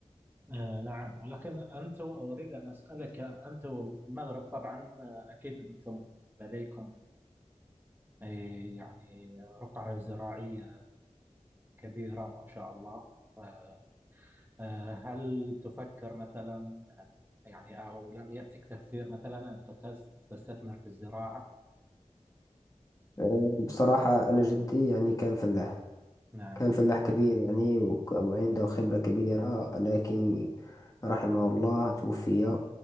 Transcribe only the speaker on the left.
وبصراحة أنا جدي يعني كان فلاح
كان فلاح كبير يعني وك- وعنده خبرة كبيرة لكن رحمه الله توفي